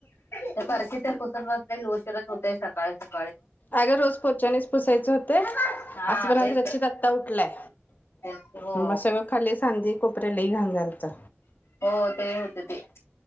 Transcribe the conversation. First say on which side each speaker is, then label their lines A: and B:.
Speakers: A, on the left; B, on the left.
A: ते फरशी ते ते पुसत बसले की उशीरच होते सगळ्याला काय
B: अग रोज पोछानीच पुसायचं होतंय.
A: हा
B: असं पण आज
A: तेच
B: रचीत आत्ता उठलाय,
A: तेच हो
B: मग सगळं खालीच सांदी कोपरे लई घाण झालतं.
A: हो ते होते ते